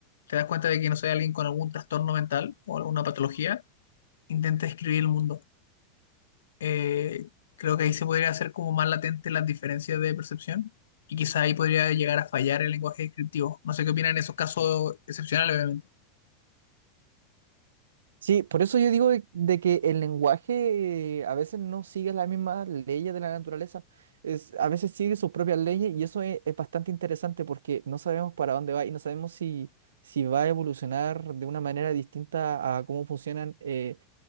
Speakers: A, on the left (about 75°); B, on the right (about 75°).
A: te das cuenta de que no soy alguien con algún trastorno mental o alguna patología, intenta describir el mundo. eh, creo que ahí se podría hacer como más latente las diferencias de percepción y quizá ahí podría llegar a fallar el lenguaje descriptivo. No sé qué opinan en esos casos excepcionales, obviamente.
B: Sí, por eso yo digo de, de que el lenguaje eh, a veces no sigue las mismas leyes de la naturaleza, es, a veces sigue sus propias leyes y eso es, es bastante interesante porque no sabemos para dónde va y no sabemos si, si va a evolucionar de una manera distinta a cómo funcionan eh,